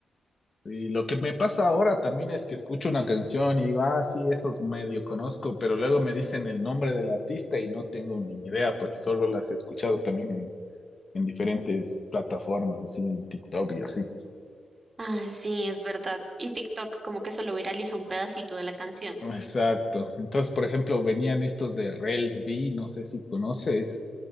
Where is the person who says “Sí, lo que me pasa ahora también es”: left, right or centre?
Left